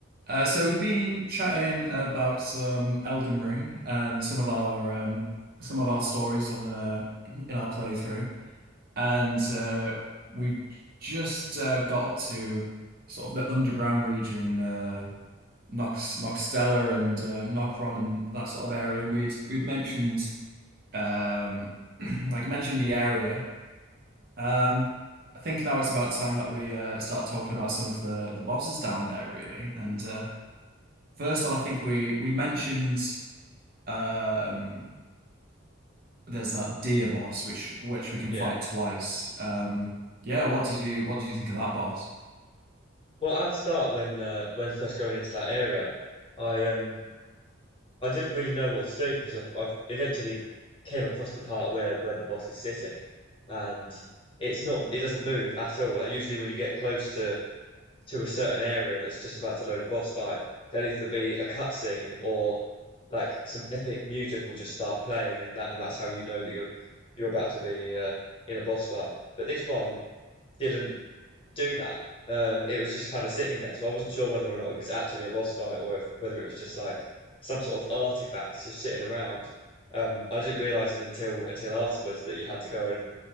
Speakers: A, on the right (about 45°); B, on the left (about 25°).
A: Uh, so we've been chatting about some Elden Ring and some of our um, some of our stories on uh, <clears throat> in our playthrough, and uh, we've just uh, got up to sort of the underground region, uh, Nox Noxtella and uh, Nokron and that sort of area, and we'd we'd mentioned um, <clears throat> like I mentioned the area. Um, I think now it's about time that we uh, start talking about some of the the bosses down there, really, and. Uh, First off, I think we we mentioned um there's that deer boss which which we can
B: Yeah.
A: fight twice. Um yeah, what did you what did you think of that boss?
B: Well, at the start, when uh, when first going into that area, I um I didn't really know what to do because I, I eventually came across the part where where the boss is sitting, and it's not it doesn't move at all. Like usually when you get close to to a certain area that's just about to load a boss fight, there'll either be a cutscene or like some epic music will just start playing, and that and that's how you know that you're you're about to be uh, in a boss fight. But this one didn't do that, um, it was just kind of sitting there. So I wasn't sure whether or not it was actually a boss fight or if, whether it was just like some sort of artifact just sitting around. Um, I didn't realize until until afterwards that you had to go and